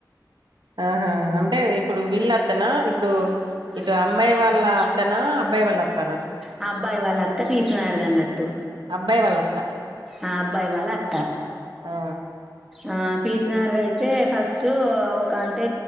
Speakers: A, on the right (about 85°); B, in the centre.
A: ఆహా అంటే ఇప్పుడు వీళ్ళ అత్తనా?
B: అబ్బాయి
A: ఇప్పుడు ఇటు అమ్మాయి అత్తనా?
B: వాళ్ళ అత్త
A: అబ్బాయి వాళ్ళ అత్తనా?
B: క అబ్బాయి వాళ్ళ అత్త అబ్బాయి వాళ్ళ అత్త పిసినారిది అన్నట్టు
A: అబ్బాయి వాళ్ళత్త.
B: ఆ అబ్బాయి వాళ్ళ అత్త
A: ఆ!
B: ఆ పీసినార్ది అయితే ఫస్ట్ ఒక అంటే